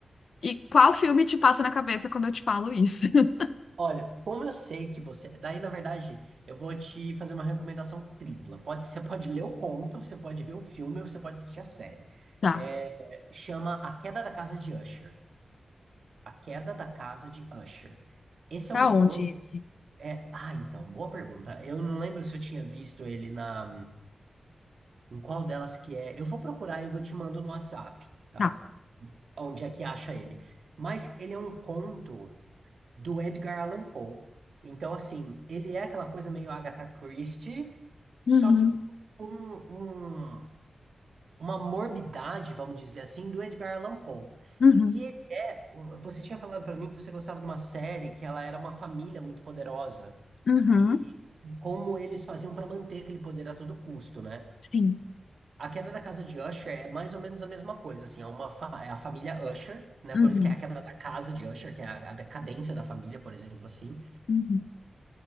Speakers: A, on the left (about 60°); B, on the right (about 60°).
A: E qual filme te passa na cabeça quando eu te falo isso? <laughs>
B: Olha, como eu sei que você. Daí, na verdade, eu vou te fazer uma recomendação tripla. Pode, você pode ler o conto, você pode ver o filme, ou você pode assistir a série.
A: Tá.
B: É, chama A Queda da Casa de Usher. A Queda da Casa de Usher. Esse
A: Tá
B: é um conto.
A: onde esse?
B: É... Ah, então, boa pergunta. Eu não lembro se eu tinha visto ele na. Em qual delas que é. Eu vou procurar e eu vou te mando no WhatsApp, tá?
A: Tá.
B: Onde é que acha ele. Mas ele é um conto. do Edgar Allan Poe. Então, assim, ele é aquela coisa meio Agatha Christie,
A: Uhum,
B: só que com um, uma morbidade, vamos dizer assim, do Edgar Allan Poe.
A: uhum,
B: E ele- o- você tinha falado pra mim que você gostava de uma série que ela era uma família muito poderosa
A: uhum.
B: e, e como eles faziam pra manter aquele poder a todo custo, né?
A: Sim.
B: A queda da casa de Usher é mais ou menos a mesma coisa, assim, é uma fa- é a família Usher, né?
A: Uhum,
B: Por isso que é a queda da casa de Usher, que é a a decadência da família, por exemplo, assim.
A: uhum,